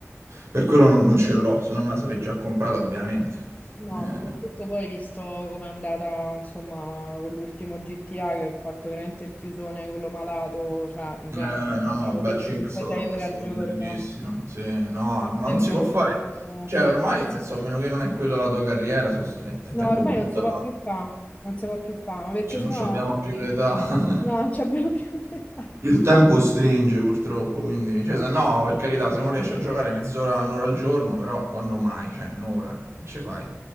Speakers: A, on the right (about 65°); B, on the left (about 25°).
A: per quello non, non ce l'ho, se no me la sarei già comprata, ovviamente.
B: No,
A: Eh.
B: soprattutto poi visto com'è andata, insomma, con l'ultimo GTA che ho fatto veramente il chiusone, quello malato, cioè veramente
A: Eh, no,
B: stavo
A: beh,
B: tipo
A: il 5
B: 5-6
A: è stato,
B: ore
A: è stato
B: al giorno,
A: bellissimo, sì, no, ma non
B: 6 ore
A: si può
B: al
A: fare,
B: giorno,
A: cioè
B: insomma.
A: ormai, nel senso, a meno che non è quella la tua carriera, so- è, è
B: No,
A: tempo
B: ormai
A: buttato,
B: non si può più fare, non si può più fare, ma perché
A: cioè
B: sennò,
A: non ci abbiamo
B: cioè,
A: più l'età, <laughs>
B: no, non ci abbiamo più <laughs> l'età.
A: il tempo stringe purtroppo, quindi,
B: Sì,
A: cioè
B: No,
A: se no, per carità, se uno riesce a giocare mezz'ora, un'ora al giorno, però quando mai, cioè un'ora, che ci fai?